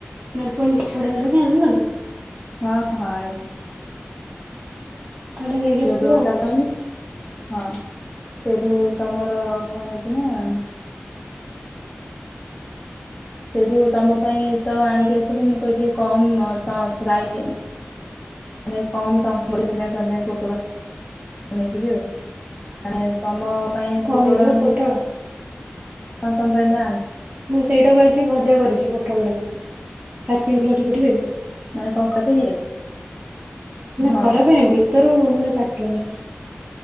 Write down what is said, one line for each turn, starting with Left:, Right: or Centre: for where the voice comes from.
Right: ନେଲ୍ ପୋଲିସ୍ ଚଢ଼େଇଆ ଲାଗି ଆଣିଲନି?
Left: ହଁ ହଁ ଆଣିଛି।
Right: କାଲି ନେଇକି
Left: ସେଇଠୁ
Right: ଆସିଥିବ ଆଉ।
Left: ତାକୁ ଆଣିଲି ହଁ ସେଉଠୁ ତମର କଣ ହେଇଛି ନା ସେଉଠୁ ତମ ପାଇଁ ତ ଆଣିକି ଆସିଲି ମୁଁ କହିଲି କମ୍ ଫ୍ରାଇ ମାନେ କମ୍ ଟଙ୍କାରେ ସେଥିପାଇଁ ତମ ପାଇଁ ପୋଟଳ ନେଇଯିବି ଆଉ ମାନେ ତମ ପାଇଁ
Right: କଣ ନେଇଯିବ
Left: ଆଣିଲି
Right: ପୋଟଳ।
Left: ହଁ ତମ ପାଇଁ ଆ
Right: ମୁଁ ସେଇଟାକୁ ଆଜି ଭଜା କରିଛି ପୋଟଳ ଟାକୁ। ପାଚି ଯାଇଥିଲା ଟିକେ ଟିକେ
Left: ମାନେ କଙ୍କା ପିସ୍
Right: ନା
Left: ହଁ
Right: ଖରାପ ହେଇନି ଭିତରୁ ମାନେ ପାଚିଲା ବାହାରୁଛି।